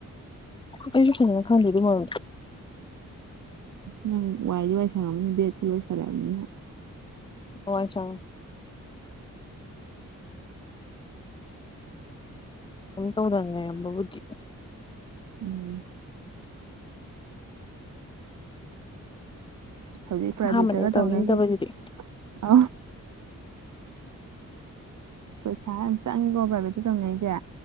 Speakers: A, on the left; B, on the right.
A: ꯑꯩꯩꯁꯨ ꯐꯖꯅ ꯈꯪꯗꯦ ꯑꯗꯨ ꯃꯔꯝꯗꯣ
B: ꯅꯪ ꯋꯥꯏꯗꯤ ꯋꯥꯏꯁꯪꯉꯅꯤ ꯕꯦꯠꯁꯨ ꯂꯣꯏꯁꯜꯂꯛꯑꯕꯅꯤꯅ
A: ꯋꯢ ꯁꯡꯉꯦ ꯀꯝ ꯇꯧꯗꯅ ꯂꯩꯔꯝꯕꯕꯨꯗꯤ
B: ꯎꯝ ꯍꯧꯖꯤꯛ ꯄ꯭ꯔꯥꯏꯚꯦꯠꯇꯒ
A: ꯑꯍꯥꯟꯕꯗ ꯑꯩ
B: ꯇꯧꯅꯩꯔꯤꯁꯤ
A: ꯇꯧꯅꯤꯡꯗꯕꯁꯤꯗꯤ
B: ꯑ ꯄꯩꯁꯥ ꯌꯥꯝ ꯆꯪꯉꯤꯀꯣ ꯄ꯭ꯔꯥꯏꯚꯦꯠꯇ ꯇꯧꯅꯔꯤꯁꯦ